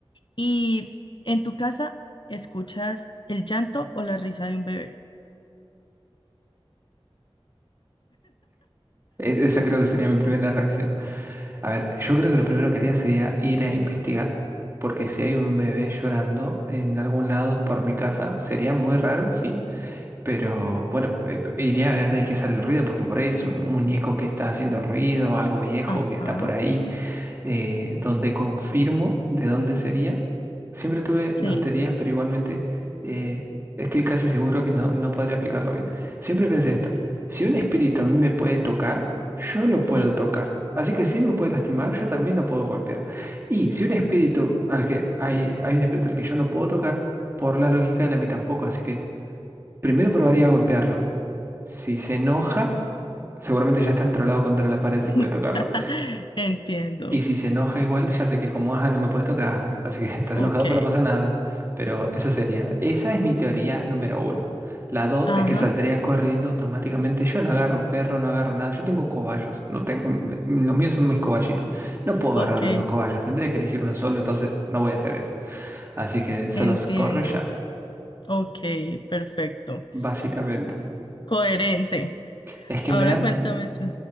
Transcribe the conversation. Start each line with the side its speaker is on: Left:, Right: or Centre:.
Left: Y en tu casa escuchas el llanto o la risa de un bebé.
Right: E- Esa creo que sería mi primera reacción. A ver, yo creo que lo primero que haría sería ir a investigar, porque si hay un bebé llorando en algún lado por mi casa, sería muy raro, sí, pero bueno, eh, iría a ver de qué sale el ruido, porque por ahí es un muñeco que está haciendo ruido, algo viejo
Left: Ajá.
Right: que está por ahí eh, donde confirmo de dónde sería. Siempre tuve
Left: Sí,
Right: dos teorías, pero igualmente eh, estoy casi seguro que no, no podría aplicarlo bien. Siempre pensé esto, si un espíritu a mí me puede tocar, yo lo
Left: sí.
Right: puedo tocar. Así que si él me puede lastimar, yo también lo puedo golpear. Y si un espíritu al que hay, hay un espíritu al que yo no puedo tocar, por la lógica él a mí tampoco. Así que primero probaría a golpearlo. Si se enoja, seguramente ya está trolado contra la pared si puede
Left: <laughs>
Right: tocarlo.
Left: Entiendo.
Right: Y si se enoja igual, ya sé que es como, ah, no me puedes tocar, así que <laughs> estás
Left: Ok.
Right: enojado, pero no pasa nada. Pero eso sería, esa es mi teoría número uno. La dos
Left: Ajá.
Right: es que saldría corriendo automáticamente. Yo no agarro perro, no agarro nada. Yo tengo cobayos. No tengo, m- m- los míos son mis cobayitos. No puedo
Left: Ok.
Right: agarrar los dos cobayos. Tendría que elegir uno solo, entonces no voy a hacer eso. Así que solo
Left: Entiendo.
Right: corro y ya,
Left: Ok, perfecto.
Right: básicamente.
Left: Coherente.
Right: Es que
Left: Ahora
Right: me da,
Left: cuéntame tú.